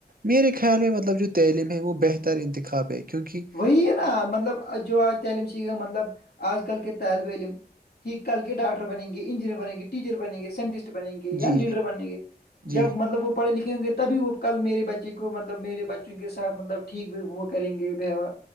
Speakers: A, on the right; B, on the left.
A: میرے خیال میں مطلب جو تعلیم ہے وہ بہتر انتخاب ہے کیونکہ
B: وہی ہے نا مطلب جو آج تعلیلم سھ مطلب آج کل کے طالب علم کل کے ڈاکٹر بن گے انجینئر بن گے ٹیچر بنے گے سائنٹسٹ بنےیں گے یا
A: جی
B: لیڈر
A: جی
B: بنےیں گے
A: جی
B: جب مطلب وہ پڑے لکھے ہوں گےب وہ کل میرے بچے کو مطلب مے بچوں کے سات مطلب ٹھیک بھی وہا کریں گے ار